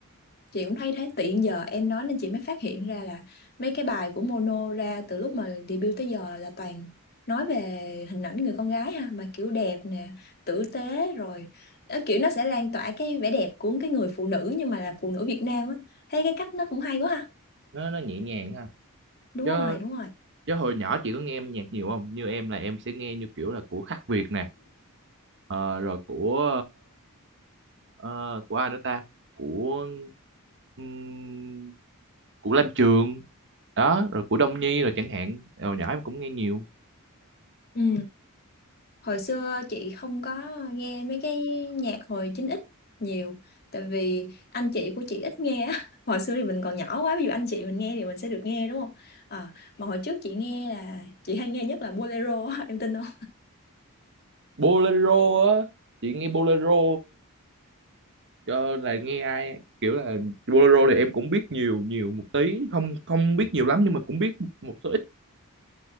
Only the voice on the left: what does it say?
chị cũng thấy thế tự nhiên giờ em nói nên chị mới phát hiện ra là mấy cái bài của Mono ra từ lúc mà debut tới giờ là toàn nói về hình ảnh người con gái ha mà kiểu đẹp nè tử tế rồi Ờ, kiểu nó sẽ lan tỏa cái vẻ đẹp của cái người phụ nữ nhưng mà là phụ nữ Việt Nam á thấy cái cách nó cũng hay quá ha
đúng
rồi đúng rồi
ừ hồi xưa chị không có nghe mấy cái nhạc hồi 9x nhiều tại vì anh chị của chị ít nghe á <laughs> hồi xưa thì mình còn nhỏ quá ví dụ anh chị mình nghe thì mình sẽ được nghe đúng không Ờ, mà hồi trước chị nghe là chị hay nghe nhất là bolero á, <laughs> em tin không